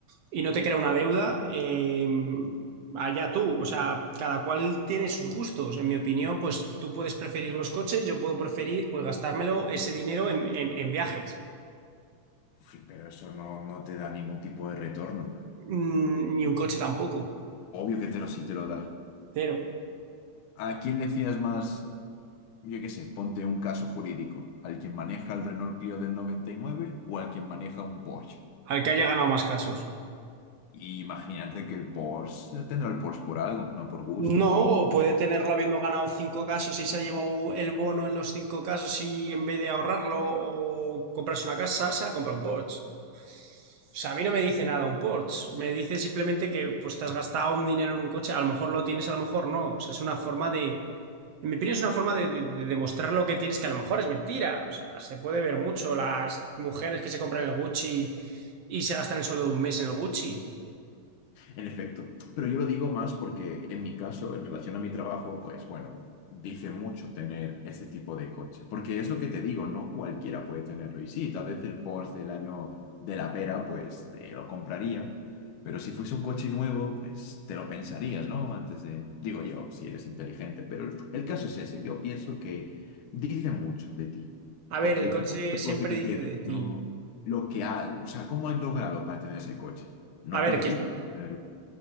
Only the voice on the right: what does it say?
y no te crea una deuda, eh, allá tú. O sea, cada cual tiene sus gustos. En mi opinión, pues tú puedes preferir los coches, yo puedo preferir pues gastármelo ese dinero en, en- en viajes.
Mm, ni un coche tampoco,
pero
al que haya ganado más casos.
No, o puede tenerlo habiendo ganado cinco casos y se ha llevado el bono en los cinco casos y en vez de ahorrarlo o comprarse una casa, se ha comprado un Porsche. O sea, a mí no me dice nada un Porsche, me dice simplemente que pues te has gastado un dinero en un coche, a lo mejor lo tienes, a lo mejor no, o sea, es una forma de, en mi opinión es una forma de, de- de demostrar lo que tienes, que a lo mejor es mentira, o sea, se puede ver mucho las mujeres que se compran el Gucci y se gastan el sueldo de un mes en el Gucci.
A
ver, el coche
siempre
dice
de ti.
A ver,
que